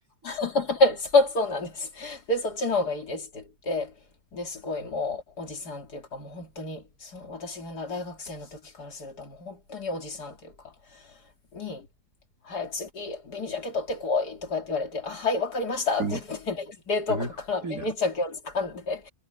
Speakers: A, on the left; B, on the right.
A: はい <laughs> そう、そうなんです。で、そっちの方がいいですって言って、で、すごいもうおじさんっていうか、もう本当に、その私が大学生の時からすると、もう本当におじさんっていうか、に、はい、次、紅鮭取ってこいとかって言われて、あ、はい、わかりましたって言って、
B: うま、
A: <laughs> 冷凍庫から紅鮭を掴んで、
B: すごいな。